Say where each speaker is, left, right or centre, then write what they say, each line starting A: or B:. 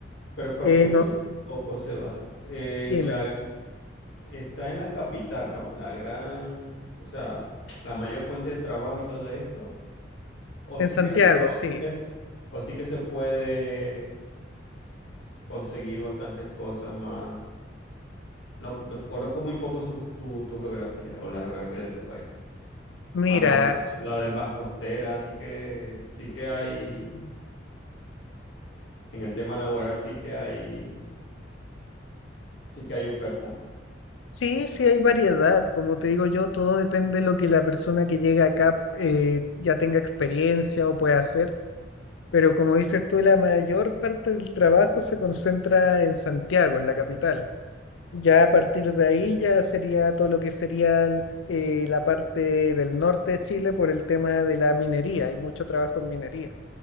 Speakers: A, on the left (about 75°); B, on the left (about 80°).
A: Pero corrígeme
B: Eh, no,
A: si me equivoco, Sebas. eh,
B: dime,
A: la, está en la capital, ¿no? La gran, o sea, <tsk> la mayor fuente de trabajo y todo esto. O
B: en
A: sí
B: Santiago,
A: que, se- o
B: sí.
A: sí que, o sí que se puede conseguir bastantes cosas más. No, no- conozco muy poco su- tu, tu geografía o la geografía de tu país.
B: Mira,
A: Más a otras ciudades más costeras, así que sí que hay. En el tema laboral sí que hay, sí que hay oferta.
B: sí, sí hay variedad, como te digo yo, todo depende de lo que la persona que llega acá eh, ya tenga experiencia o pueda hacer. Pero como dices tú, la mayor parte del trabajo se concentra en Santiago, en la capital. Ya a partir de ahí ya sería todo lo que sería el- eh, la parte del norte de Chile por el tema de la minería. Hay mucho trabajo en minería.